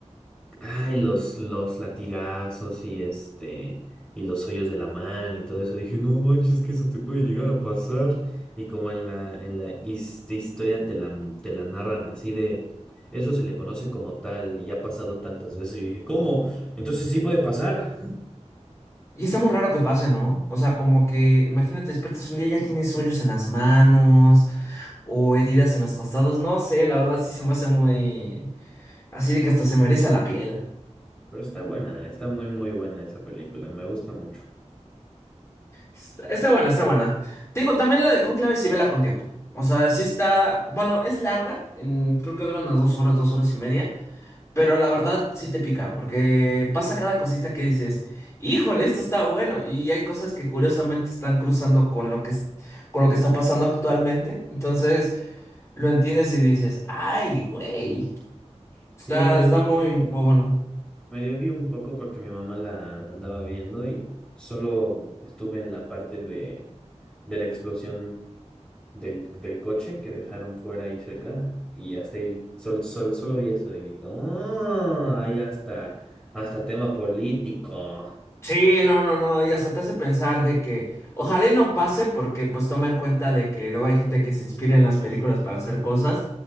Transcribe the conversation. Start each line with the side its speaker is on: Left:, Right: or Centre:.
Centre: Ay, los, los latigazos y este, y los hoyos de la mano y todo eso. Dije, no manches, que eso te puede llegar a pasar. Y como en la, en la his- historia te la, te la narran así de, eso se le conoce como tal y ha pasado tantas veces. Y dije, ¿cómo? Entonces sí puede pasar.
Left: Y está muy raro que pase, ¿no? O sea, como que, imagínate, despiertas un día y ya tienes hoyos en las manos o heridas en los costados. No sé, la verdad sí se me hace muy... Así de que hasta se me eriza la piel.
Centre: Pero está buena, está muy, muy buena esa película, me gusta mucho.
Left: Está, está buena, está buena. Te digo, también la de Cónclave sí vela con tiempo. O sea, sí está... Bueno, es larga. en- creo que dura unas dos horas, dos horas y media. Pero la verdad sí te pica, porque pasa cada cosita que dices, híjole, esto está bueno. Y hay cosas que curiosamente están cruzando con lo que, es- con lo que está pasando actualmente. Entonces lo entiendes y dices, ay, güey, está,
Centre: Sí, medio
Left: está
Centre: vi
Left: muy,
Centre: un,
Left: muy bueno.
Centre: medio vi un poco porque mi mamá la andaba viendo y solo estuve en la parte de, de la explosión del, del coche que dejaron fuera ahí cerca y hasta ahí, sol, sol- solo vi eso y dije, oh, hay hasta, hasta tema político.
Left: Sí, no, no, no, y hasta te hace pensar de que ojalá y no pase porque pues toma en cuenta de que luego hay gente que se inspira en las películas para hacer cosas,